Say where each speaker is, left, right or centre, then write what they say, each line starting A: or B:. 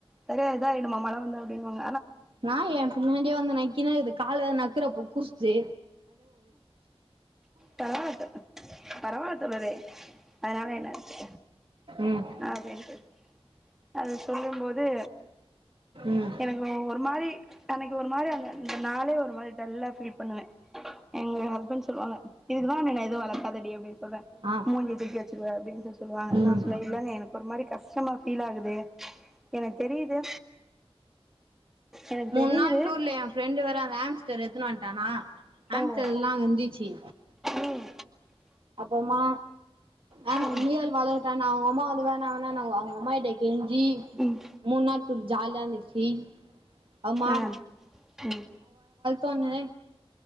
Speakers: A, in the centre; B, on the right (about 55°).
A: சேரியா இத ஆயிடுமா மழ வந்தா செய்வாங்க
B: நாய் ஏ பின்னாடியே வந்து நைக்கினேக்குது கால வேற நக் இக்குற குக்சு ஜே
A: பரவால்ல தோ பரவாயில்ல தோழரே அதனால என்னருக்கு
B: ம்
A: அப்பிடின்ட்டு அது சொல்லு போது
B: ம்
A: எனக்கு ஒ ஒரு மாரி எனக்கு ஒரு மாரி அந்த அந்த நாளே ஒரு மாரி டல்லா ஃபீல் பண்ணுவே எங்க ஹஸ்பண்ட்ஸ் சொல்லுவாங்க இதுக்குதா உன்ன எது வளர்க்காதடி அப்பிடின் சொல்றே
B: ஆ
A: மூஞ்ச தூக்கி வச் எதுவா <unintelligible> சொல்லுவாங்க
B: ம்
A: நா சொல்ல இல்ங்க எனக்கு ஒரு மாரி கஷ்டமா ஃபீல் ஆகுது எனக்கு தெரியுது எனக்கு
B: மூணு
A: தெரியுது
B: நாள் டூர்ல என் ஃப்ரெண்டு வற எத்தன வன்ட்டானா அமிச்சதெல்லாம்
A: ஓ
B: கந்திச்சி
A: ம்
B: அப்புறமா ஆ
A: ம்
B: முயல் வளதான அவங்க அம்மா வ இவாஅவனாங்க அவங்கம்மாிட்டே ஜி
A: ம்
B: முன்னா ஜாலி இருச்சு ஆவ
A: ஆ ம்
B: தோன்னே